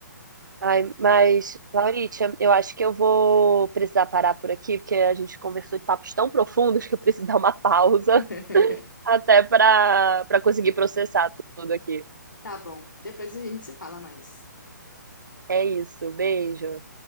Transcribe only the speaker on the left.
<laughs>
Tá bom, depois a gente se fala mais.